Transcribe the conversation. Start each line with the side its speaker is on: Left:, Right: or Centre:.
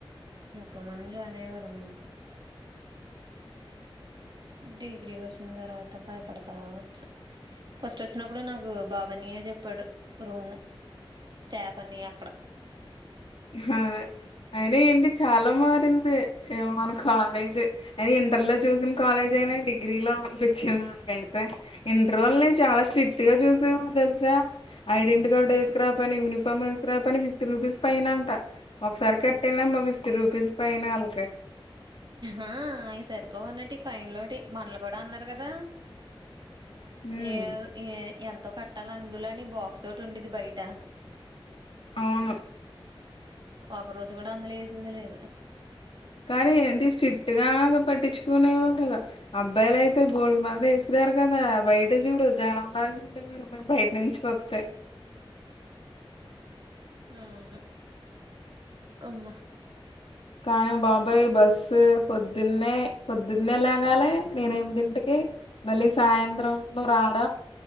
Right: ఇంతకముంజు అనే వరం డిగ్రీ వచ్చిన తర్వాత భయపడతా వచ్చు ఫస్ట్ వచ్చినప్పుడు నాకు బాబానియ చెప్పాడు రూమ్ స్టాఫ్ అన్ని అక్కడ
Left: హు అయిన ఏంటి చాలా మారింది మన కాలేజ్ అయిన ఇంటర్ లో చూసిన కాలేజీ నేను డిగ్రీలో అనిపించింది నాకైతే ఇంటర్ ఒళ్ళని చాలా స్ట్రిక్ట్ గా చుస్ తెలుసా ఐడెంటి కార్డ్ వేసుకు రాకపోయినా యూనిఫార్మ్ వేస్కరాకపోయిన ఫిఫ్టీ రూపీస్ ఫైనంట ఒకసారి కట్టనమ్మ ఫిఫ్టీ రూపీస్ ఫైన ఆళ్ళకి
Right: ఆ అవి సరిపోవున్నట్టు ఫైన్ లోటి మనలు కూడా అన్నారు కదా
Left: ఉమ్.
Right: ఏ ఏ ఎం తో కట్టాలి అందులోని బాక్స్ ఒటి ఉండేది బయట
Left: అవును
Right: ఒక రోజు కూడా అందులో ఏసింది లేదు
Left: కానీ ఏంటి స్ట్రిక్ట్ గా పట్టించుకునేవు రిగా అబ్బాయిలయితే బోల్డు మంది వేస్ వారు కదా బయట చూడు జనంలాగా ఉండే మీరు మే బయట నుంచి వత్తే
Right: అవును అమ్మ
Left: కానీ బాబాయ్ బస్సు పొద్దున్నే పొద్దున్నే లేగాలి ఎనిమిదింటికి మళ్ళీ సాయంత్రం రాడ